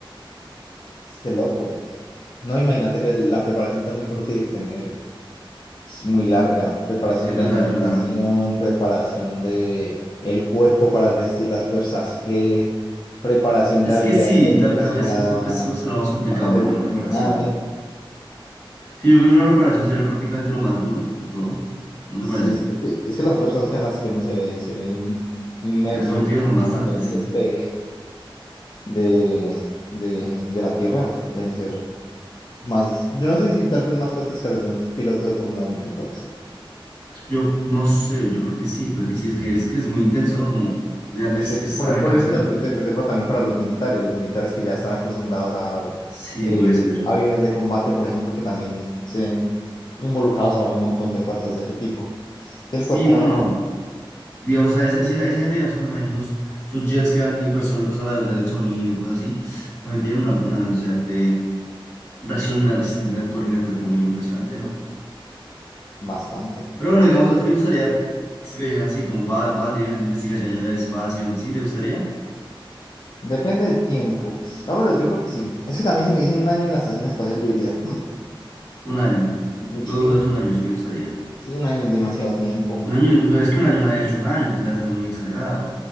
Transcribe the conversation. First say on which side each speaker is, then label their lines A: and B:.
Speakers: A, on the left (about 50°); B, on the left (about 25°).
A: Es que loco. No, imagínate que la preparación también que uno tiene que tener es muy larga. Preparación
B: Es verdad,
A: de alimentación,
B: es verdad.
A: preparación de el cuerpo para resistir las fuerzas G, preparación
B: Es
A: de habilidades
B: que sí,
A: técnicas
B: tal, tal
A: para,
B: vez eso, eso será lo más complicado,
A: para ser
B: como
A: útil
B: la preparación.
A: en la nave.
B: Sí, yo creo que la preparación será prácticamente lo más duro de todo. ¿No te
A: Sí,
B: parece?
A: es, es que, es que las fuerzas G a las que uno se ve, se ven inmerso
B: Ser sometidos
A: cuando,
B: son bastantes,
A: cuando hay un
B: sí.
A: despegue de, de, de la Tierra deben ser más, yo no sé si tal vez más fuertes que las de un piloto de Fórmula uno yo creo que sí.
B: Yo no sé, yo creo que sí, puede que sí, es que es que es muy intenso, ¿no? Como de antes
A: Es que sí,
B: es
A: por,
B: arrancarse
A: por eso se,
B: la...
A: re- se reserva también para los militares, los militares que ya están acostumbrados a
B: Sí,
A: eh,
B: puede ser.
A: aviones de combate, por ejemplo, que también se ven involucrados a un montón de fuerzas de ese tipo. Es que
B: Sí,
A: el cuerpo
B: no,
A: humano,
B: no. Digamos, esa, esa, esa- esa gente, digamos, que maneja esos, esos jets que van hipersónicos a la velocidad del sonido, cosas así, también tienen una, una velocidad de reacciona una resistencia en el cuerpo, en el cuerpo muy impresionante, ¿no?
A: bastante.
B: Pero bueno, digamos, ¿a ti te gustaría, si te dijeran así, como vas, vas a tener que hacer una investigación allá del espacio, ¿sí? ¿Te gustaría?
A: Depende del tiempo. No, pero yo creo que sí. Es que también si me dicen un año en la estación espacial, yo diría, "Hmm,
B: Un año.
A: mucho
B: Lo
A: tiempo.
B: dudas un año, si te gustaría.
A: Sí, un año es demasiado tiempo.
B: Un año, es- pero es que un año nadie ha hecho un año, tú te das también muy exagerado.